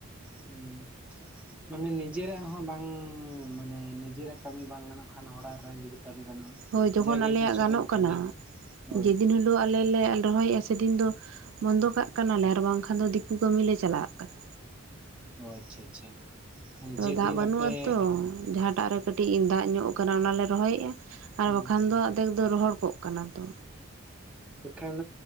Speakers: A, in the centre; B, on the right.
A: ᱦᱮᱸ᱾ ᱢᱟᱱᱮ ᱱᱤᱡᱮᱨᱟᱜ ᱦᱚᱸ ᱵᱟᱝ ᱢᱟᱱᱮ ᱱᱤᱡᱮᱨᱟᱜ ᱠᱟᱹᱢᱤ ᱵᱟᱝ ᱜᱟᱱᱚᱜ ᱠᱷᱟᱱ ᱦᱚᱲᱟᱜ ᱨᱮᱦᱚ ᱡᱩᱫᱤ ᱠᱟᱹᱢᱤ ᱜᱟᱱᱚᱜᱼᱟ᱾
B: ᱦᱳᱭ ᱡᱚᱠᱷᱚᱱ
A: ᱡᱟᱜᱮ
B: ᱟᱞᱮᱭᱟᱜ
A: ᱠᱤᱪᱷᱩ
B: ᱜᱟᱱᱚᱜ
A: ᱜᱟᱱ ᱠᱟᱹᱣᱰᱤ
B: ᱠᱟᱱᱟ
A: ᱦᱳᱭ
B: ᱡᱮᱫᱤᱱ ᱦᱤᱞᱳᱼᱼ ᱟᱩ ᱟᱞᱮᱞᱮ ᱞᱮ ᱨᱚᱦᱚᱭᱮᱫᱼᱟ ᱥᱮᱫᱤᱱ ᱫᱚ ᱵᱚᱱᱫᱚ ᱠᱟᱜ ᱠᱟᱱᱟᱞᱮ ᱟᱨ ᱵᱟᱝᱠᱷᱟᱱ ᱫᱚ ᱫᱤᱠᱩ ᱠᱟᱹᱢᱤ ᱞᱮ ᱪᱟᱞᱟᱜᱟᱜ ᱠᱟᱱᱟ᱾
A: ᱚᱻ ᱟᱪᱪᱷᱟ ᱟᱪᱪᱷᱟ᱾ ᱢᱟᱱᱮ
B: ᱟᱫᱚ
A: ᱡᱮᱫᱤᱱ
B: ᱫᱟᱜ ᱵᱟᱹᱱᱩᱜ
A: ᱟᱯᱮ
B: ᱟᱛᱚ ᱡᱟᱦᱟᱸᱴᱟᱜ ᱨᱮ ᱠᱟᱹᱴᱤᱡᱼᱼ ᱠᱟᱹᱴᱤᱡᱧ ᱫᱟᱜ ᱧᱚᱜ ᱟᱠᱟᱱᱟ ᱚᱱᱟᱞᱮ ᱨᱚᱦᱚᱭᱮᱫᱼᱟ ᱟᱨ
A: ᱦᱩᱸ
B: ᱵᱟᱠᱷᱟᱱ ᱫᱚ ᱟᱫᱷᱮᱠ ᱫᱚ ᱨᱚᱦᱚᱲ ᱠᱚᱜ ᱠᱟᱱᱟ ᱛᱚ
A: ᱵᱟᱠᱷᱟᱱ